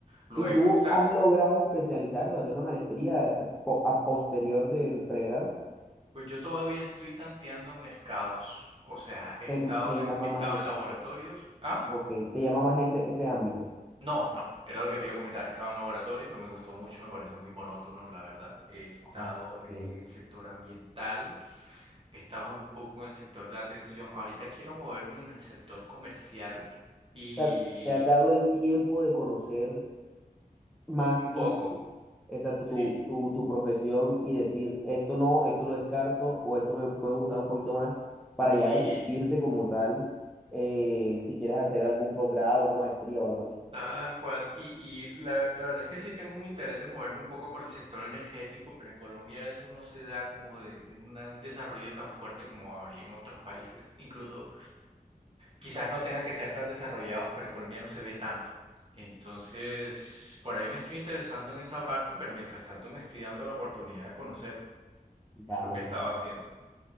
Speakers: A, on the right; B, in the centre.
A: luego.
B: ¿Y tú
A: O sea,
B: has logrado especializarte, hacer una maestría eh, po- a posterior del pregrado?
A: pues yo todavía estoy tanteando mercados. O sea, he
B: ¿Te,
A: estado,
B: te
A: en-
B: llama
A: he estado
B: más ese
A: en laboratorios. ¿Ah?
B: Ok, te llama más ese, ese ámbito.
A: No, no, era lo que te iba a comentar. He estado en laboratorio, no me gustó mucho, me parece muy monótono, la verdad. He estado
B: Ajá. ok.
A: en
B: O
A: el sector ambiental, he estado un poco en el sector de atención. Ahorita quiero moverme en el sector comercial y
B: sea, te has dado el tiempo de conocer más
A: un poco,
B: Exacto,
A: sí.
B: tu, tu, tu profesión y decir, esto no, esto lo descarto o esto me puede gustar un poquito más, para
A: Sí,
B: ya decidirte como tal eh, si quieres hacer algún progrado, una maestría o algo así.
A: tal cual. Y, y la, la verdad es que sí tengo un interés de moverme un poco por el sector energético, pero en Colombia eso no se da como de, de un desarrollo tan fuerte como habría en otros países, incluso quizás no tengan que ser tan desarrollados, pero en Colombia no se ve tanto. Entonces, por ahí me estoy interesando en esa parte, pero mientras tanto me estoy dando la oportunidad de conocer.
B: Vale,
A: Es lo que
B: papá.
A: estaba haciendo.